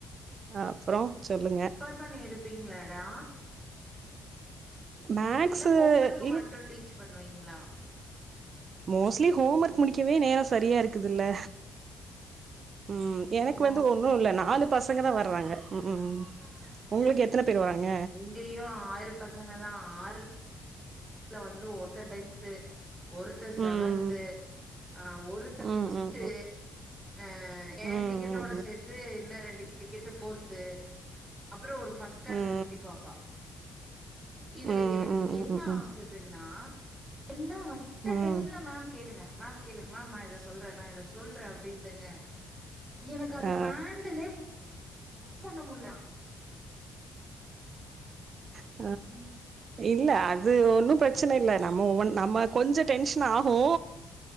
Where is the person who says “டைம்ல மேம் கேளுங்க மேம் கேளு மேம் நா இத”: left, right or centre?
Right